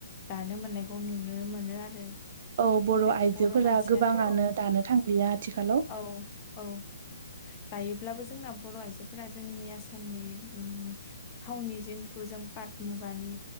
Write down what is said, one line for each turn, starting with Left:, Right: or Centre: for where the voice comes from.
Left: दानो मोननायखौ नुनो मोनो आरो
Right: औ बर'
Left: जोंनि
Right: आइजोफोरा
Left: मानसियाथ'
Right: गोबांङानो
Left: औ
Right: दानो थांलिया आथिखालाव
Left: औ औ दायोब्लाबो जोंना बर' आइजोफोरा जोंनि आसामनि उनाव थावनि जिन्थु जों पाट मुगानि